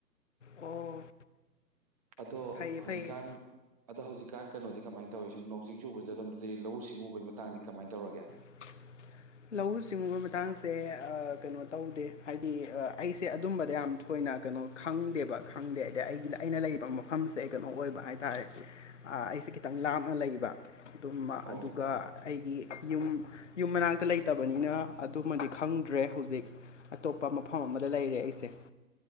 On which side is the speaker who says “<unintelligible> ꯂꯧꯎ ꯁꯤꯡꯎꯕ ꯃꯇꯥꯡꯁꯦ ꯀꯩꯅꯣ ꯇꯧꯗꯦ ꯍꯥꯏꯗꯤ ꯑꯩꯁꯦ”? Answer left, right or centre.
Left